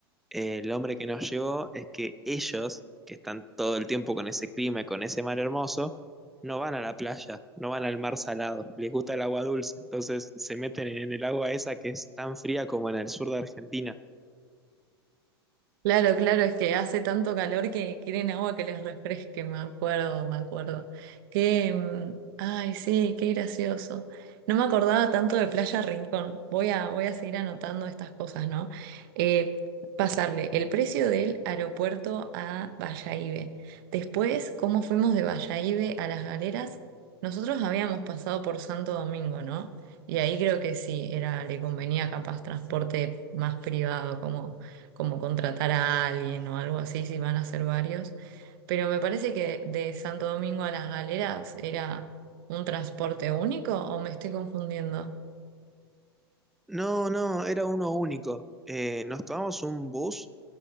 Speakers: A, in the centre; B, on the right.
A: eh, el hombre que nos llevó es que ellos, que están todo el tiempo con ese clima y con ese mar hermoso, no van a la playa, no van al mar salado, les gusta el agua dulce, entonces se meten en el agua esa que es tan fría como en el sur de Argentina.
B: Claro, claro, es que hace tanto calor que quieren agua que les refresque, me acuerdo, me acuerdo. Que, mm, ay, sí, qué gracioso. No me acordaba tanto de Playa Rincón. Voy a, voy a seguir anotando estas cosas, ¿no? Eh, pasarle el precio del aeropuerto a Bayahibe. Después, cómo fuimos de Bayahibe a Las Galeras. Nosotros habíamos pasado por Santo Domingo, ¿no? Y ahí creo que sí, era, le convenía capaz transporte más privado, como como contratar a alguien o algo así, si van a ser varios. Pero me parece que de Santo Domingo a Las Galeras era un transporte único o me estoy confundiendo.
A: No, no, era uno único. Eh, nos tomamos un bus